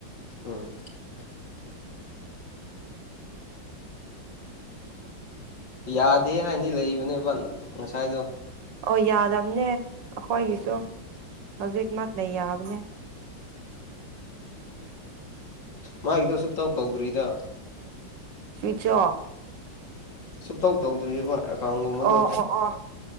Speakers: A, on the left; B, on the right.
A: ꯎꯝ ꯌꯥꯗꯦ ꯍꯥꯏꯅꯤ ꯂꯩꯕꯅꯦꯕ ꯉꯁꯥꯏꯗꯣ
B: ꯑꯣ ꯌꯥꯗꯕꯅꯦ ꯑꯩꯈꯣꯏꯒꯤꯁꯨ
A: ꯎꯝ
B: ꯍꯧꯖꯤꯛꯃꯛꯅ ꯌꯥꯕꯅꯦ
A: ꯃꯥꯒꯤꯗꯣ ꯑꯁꯨꯇꯧ ꯇꯧꯗ꯭ꯔꯤꯗ
B: ꯁ꯭ꯋꯆ ꯑꯣꯐ
A: ꯑꯁꯨꯇꯧ ꯇꯧꯗ꯭ꯔꯤꯕ ꯑꯦꯀꯥꯎꯟꯒꯨꯝꯕꯗꯣ
B: ꯑꯣ ꯑꯣ ꯑꯣ